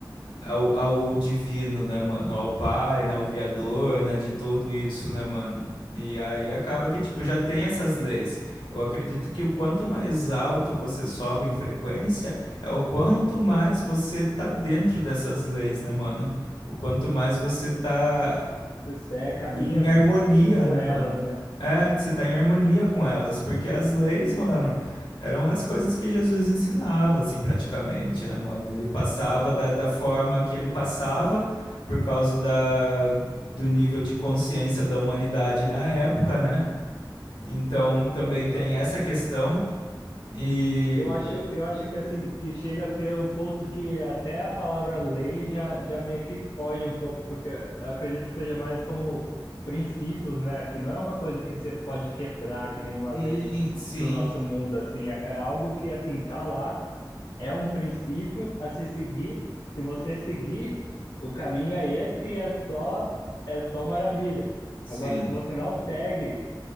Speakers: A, on the left; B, on the left.
A: ao, ao divino, né, mano? Ao pai, né? Ao criador, né? De tudo isso, né, mano? E aí acaba que, tipo, já tem essas leis. Eu acredito que o quanto mais alto você sobe em frequência, é o quanto mais você tá dentro dessas leis, né, mano? O quanto mais você tá.
B: Você segue, caminha
A: E em harmonia,
B: por
A: né,
B: elas,
A: mano?
B: né?
A: É,
B: É,
A: você tá em harmonia com elas, porque as leis, mano, eram as coisas que Jesus ensinava, assim, praticamente, né, mano? Ele passava
B: sim.
A: da, da forma que ele passava, por causa da, do nível de consciência da humanidade na época, né? Então, também
B: Aham.
A: tem essa questão, e...
B: Eu acho, eu acho que assim, que chega a ser um ponto que até a palavra lei já, já meio que foge um pouco, porque eu acredito que seja mais como princípios, né? Que não é uma coisa que você pode quebrar, que nenhuma
A: e
B: lei
A: sim,
B: do nosso mundo, assim, é, é algo que assim tá lá, é um princípio a se seguir. Se você seguir, o caminho é esse e é só é só maravilha.
A: sim,
B: Agora, se você não segue